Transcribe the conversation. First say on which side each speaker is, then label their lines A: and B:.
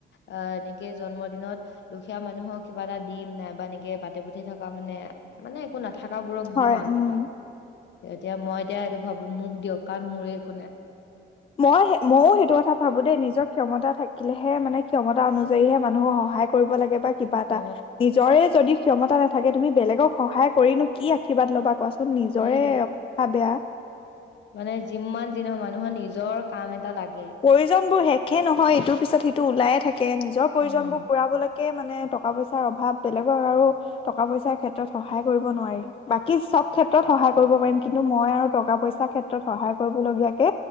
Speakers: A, on the left; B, on the left.
A: অ এনেকে জন্ম দিনত দুখীয়া মানুহক কিবা এটা দিম নাইবা এনেকে বাটে পঠে থকা মানে মানে একো নাথাক গাঁওবোৰক
B: হয়
A: দিম আৰু
B: উম
A: কিবা। এতিয়া মই এতিয়া সেইটো ভাবো মোক দিয়ক কাৰণ মোৰে একো নাই।
B: মই ময়ো সেইটো কথা ভাবো দেই নিজৰ ক্ষমতা থাকিলেহে মানে ক্ষমতা অনুযায়ীহে মানুহক সহায় কৰিব লাগে বা কিবা এটা।
A: অ
B: নিজৰে যদি ক্ষমতা নথাকে তুমি বেলেগক সহায় কৰিনো কি আশীৰ্বাদ ল'বা কোৱাচোন। মোৰ নিজৰে
A: সেইটোৱে
B: অ- বেয়া।
A: মানে যিমান যি নহ মানুহৰ নিজৰ কাম এটা লাগ
B: প্ৰয়োজন বোৰ শেখে নহয় ইটোৰ পিছত সিটো ওলাই থাকে। নিজৰ প্ৰয়োজন
A: উম
B: বোৰ পুৰাবলৈকে কে মানে টকা পইচাৰ অভাৱ। বেলেগক আৰু টকা পইচাৰ ক্ষেত্ৰত সহায় কৰিব নোৱাৰি। বাকী চব ক্ষেত্ৰত সহায় কৰিব পাৰিম কিন্তু মই আৰু টকা পইচাৰ ক্ষেত্ৰত সহায় কৰিবলগীয়াকে